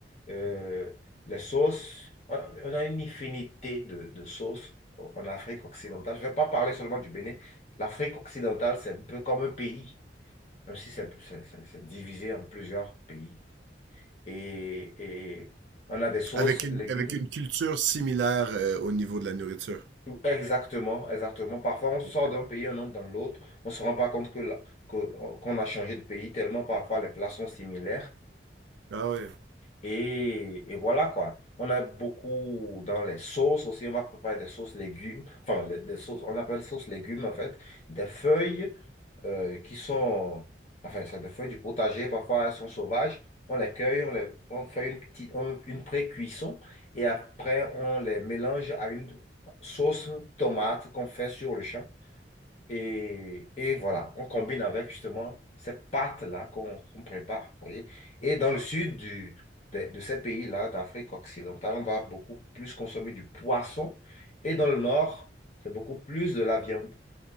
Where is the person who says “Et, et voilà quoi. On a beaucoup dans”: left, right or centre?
Left